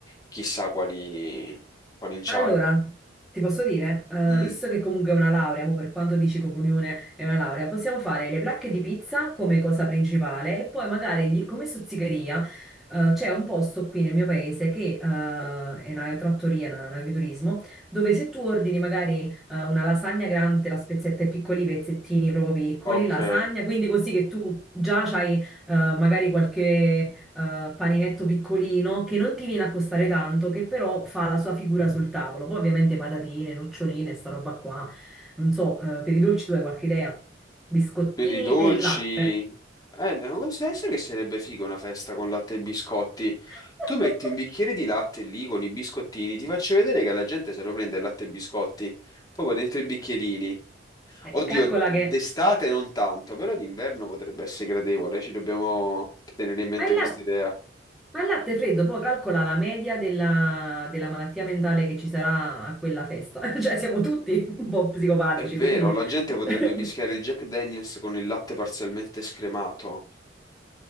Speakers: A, on the left; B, in the centre.
A: chissà quali, quali inciagini.
B: Allora, ti posso dire, eh,
A: Mm,
B: visto che comunque è una laurea, mo per quanto dici comunione è una laurea, possiamo fare le placche di pizza come cosa principale e poi magari gli- come stuzzicheria, eh, c'è un posto qui nel mio paese che eh, è una trattoria, una- un agriturismo, dove se tu ordini magari eh, una lasagna grande, te la spezzetta in piccoli pezzettini proprio piccoli,
A: ok,
B: lasagna, quindi così che tu già hai eh, magari qualche eh, paninetto piccolino che non ti viene a costare tanto, che però fa la sua figura sul tavolo. Poi ovviamente patatine, noccioline, sta roba qua. Non so, eh, per i dolci tu hai qualche idea? Biscottini
A: per i dolci,
B: e latte.
A: eh, no, questo- sai che sarebbe figo una festa con latte e biscotti.
B: <laughs>
A: Tu metti un bicchiere di latte lì con i biscottini, ti faccio vedere che la gente se lo prende il latte e biscotti, proprio dentro i bicchierini.
B: Eh,
A: Oddio,
B: Calcola
A: d'estate
B: che...
A: non tanto, però d'inverno potrebbe essere gradevole, ci dobbiamo tenere in mente
B: Ma il latte,
A: questa idea.
B: ma il latte freddo, poi calcola la media della, della malattia mentale che ci sarà a quella festa. <laughs> Cioè siamo tutti un po' psicopatici,
A: È vero,
B: quindi...
A: la gente
B: <laughs>
A: potrebbe mischiare il Jack Daniels con il latte parzialmente scremato,